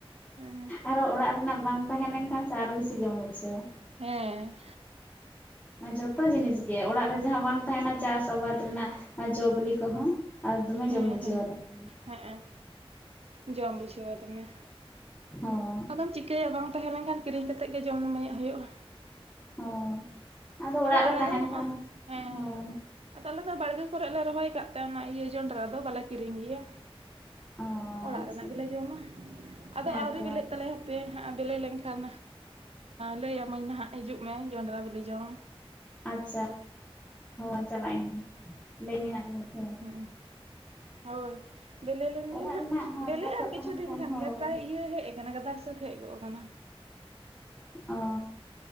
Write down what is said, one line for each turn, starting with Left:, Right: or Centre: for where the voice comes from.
Right: ᱦᱮᱸ
Left: ᱟᱨᱚ ᱚᱲᱟᱜ ᱨᱮᱱᱟᱜ ᱵᱟᱝ ᱛᱟᱦᱮᱸ ᱞᱮᱱ ᱠᱷᱟᱱ ᱥᱮ ᱟᱨᱚ ᱵᱤᱥᱤ ᱡᱚᱢ ᱵᱩᱡᱷᱟᱹᱣᱟ
Right: ᱦᱮᱸ
Left: ᱡᱚᱛᱚ ᱡᱤᱱᱤᱥ ᱜᱮ ᱚᱲᱟᱜ ᱨᱮ ᱡᱟᱦᱟᱸ ᱵᱟᱝ ᱛᱟᱦᱮᱱᱟ ᱪᱟᱥ ᱟᱵᱟᱫ ᱨᱮᱱᱟᱜ ᱡᱚᱵᱞᱤ ᱠᱚᱦᱚᱸ ᱟᱨ ᱫᱚᱢᱮ
Right: ᱦᱮᱸ
Left: ᱡᱚᱢ ᱵᱩᱡᱷᱟᱹᱣᱟ
Right: ᱦᱮᱸ
Left: ᱛᱚᱠᱷᱚᱱ ᱫᱚ
Right: ᱦᱮᱸ ᱦᱮᱸ ᱡᱚᱢ ᱵᱩᱡᱷᱟᱹᱣᱟ ᱫᱚᱢᱮ
Left: ᱦᱮᱸ
Right: ᱟᱫᱚᱢ ᱪᱤᱠᱟᱹᱭᱟ ᱵᱟᱝ ᱛᱟᱦᱮᱸ ᱞᱮᱱ ᱠᱷᱟᱱ ᱠᱤᱨᱤᱧ ᱠᱟᱛᱮᱫ ᱜᱮ ᱡᱚᱢ ᱱᱟᱹᱢᱟᱹᱭᱚᱜ ᱦᱳᱭᱳᱜᱼᱟ
Left: ᱦᱳᱭ ᱟᱫᱚ ᱚᱲᱟᱜ ᱨᱮ
Right: ᱟᱞᱮ
Left: ᱛᱟᱦᱮᱱ
Right: ᱫᱚ ᱦᱚᱸᱜᱼᱚᱭ
Left: ᱠᱷᱟᱱ
Right: ᱦᱮᱸ
Left: ᱦᱳᱭ
Right: ᱟᱫᱚ ᱟᱞᱮ ᱫᱚ ᱵᱟᱭᱨᱮ ᱠᱚᱨᱮᱫ ᱞᱮ ᱨᱚᱦᱚᱭ ᱠᱟᱜ ᱛᱮ ᱚᱱᱟ ᱤᱭᱟᱹ ᱡᱚᱸᱰᱨᱟ ᱫᱚ ᱵᱟᱞᱮ ᱠᱤᱨᱤᱧ ᱜᱮᱭᱟ
Left: ᱚ
Right: ᱚᱲᱟᱜ
Left: ᱟᱪᱪᱷᱟ
Right: ᱨᱮᱱᱟᱜ ᱜᱮᱞᱮ ᱡᱚᱢᱟ ᱟᱫᱚ
Left: ᱦᱮᱸᱛᱚ
Right: ᱟᱹᱣᱨᱤ ᱵᱮᱞᱮᱜ ᱛᱟᱞᱮᱭᱟ ᱯᱮ ᱦᱟᱸᱜ ᱵᱮᱞᱮ ᱞᱮᱱᱠᱷᱟᱱ ᱞᱟᱹᱭᱟᱢᱟᱹᱧ ᱱᱟᱦᱟᱜ ᱦᱤᱡᱩᱜ ᱢᱮ ᱡᱚᱸᱰᱨᱟ ᱵᱮᱞᱮ ᱡᱚᱢ
Left: ᱟᱪᱪᱷᱟ ᱦᱚᱸ ᱪᱟᱞᱟᱜ ᱟᱹᱧ ᱦᱟᱸᱜ ᱞᱟᱹᱭ ᱢᱮ ᱦᱟᱸᱜ ᱫᱷᱟᱣ
Right: ᱦᱩᱸ ᱦᱳᱭ ᱵᱮᱞᱮ ᱞᱮᱱᱜᱮ
Left: ᱚᱲᱟᱜ
Right: ᱱᱟᱦᱟᱜ
Left: ᱨᱮᱱᱟᱜ ᱦᱚᱸ
Right: ᱵᱮᱞᱮᱜ
Left: ᱪᱟᱥᱟᱜ
Right: ᱟᱨ ᱠᱤᱪᱷᱩ
Left: ᱛᱟᱦᱮᱱ
Right: ᱫᱤᱱ ᱠᱷᱟᱱ
Left: ᱦᱳᱭ
Right: ᱜᱮ ᱯᱨᱟᱭ ᱤᱭᱟᱹ ᱦᱮᱡ ᱠᱟᱱᱟ ᱜᱟᱫᱟᱨ ᱥᱟ. ᱛ ᱦᱮᱡ ᱜᱚᱫ ᱠᱟᱱᱟ
Left: ᱚ